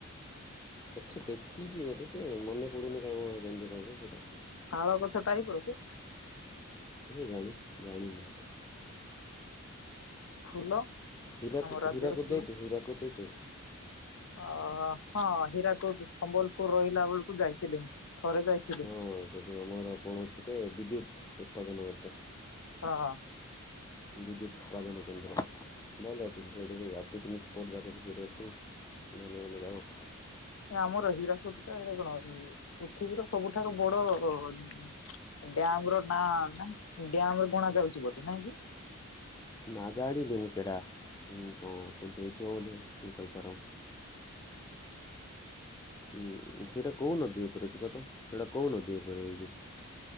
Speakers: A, on the left; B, on the left.
A: ଆଛା ଦେଖିଛି ବୋଧେ ଯେ ମନେ ପଡ଼ୁନି କାଇକି ମୋର କେମିତିକା ଯେ ସେଇଟା।
B: ଶାଳ ଗଛ ଟାଇପ୍ ର କି।
A: କିଏ ଜାଣି ଜାଣିନି।
B: ଫୁଲ
A: ହୀରାକୁ
B: ଆମ ରାଜ୍ୟର
A: ହୀରାକୁଦ
B: ଫୁଲ।
A: ଯାଇଚୁ ହୀରାକୁଦ ଯାଇଚୁ।
B: ଅ ହଁ ହୀରାକୁଟ ସମ୍ବଲପୁର ରହିଲା ବେଳକୁ ଯାଇଥିଲି ଥରେ ଯାଇଥିଲି।
A: ହଁ ସେ ଯେଉଁ ଆମର କଣ ଅଛିଟେ ବିଦ୍ୟୁତ୍ ଉତ୍ପାଦନବତ।
B: ହଁ ହଁ।
A: ବିଦ୍ୟୁତ ଉତ୍ପାଦନକେନ୍ଦ୍ର। ଭଲ ଅଛି ସେଇଠି ବି ପିକ୍ନିକ୍ ସ୍ପଟ୍ ଯାଗା ବି ସେଇଠି ଅଛି ଭଲ ଭଲ ଯାଗା
B: ଆମର ହୀରାକୁଦଟା ଏଇଟା କଣ ପୃଥିବୀର ସବୁଠାରୁ ବଡ଼ ଡ଼୍ୟାମର ନା ଡ୍ୟାମରେ ଗଣା ଯାଉଛି ବଧେ ନାଇଁ କି।
A: ନା ଜାଣିନି ମୁଁ ସେଇଟା କଣ ସେମିତି ହେଇଥିବ ବୋଧେ କିଏ କହିପାର। ଉଁ ସେଇଟା କୋଉ ନଦୀ ଉପରେ ଅଛି କତ ସେଇଟା କୋଉ ନଦୀ ଉପରେ ହେଇକିଅଛି।